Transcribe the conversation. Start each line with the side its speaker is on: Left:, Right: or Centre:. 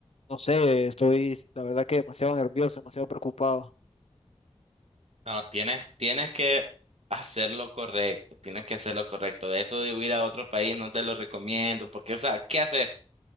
Left: no sé, estoy, la verdad que demasiado nervioso, demasiado preocupado.
Right: no, tienes, tienes que hacer lo correcto, tienes que hacer lo correcto, de eso de huir a otro país no te lo recomiendo, porque, o sea, ¿qué haces?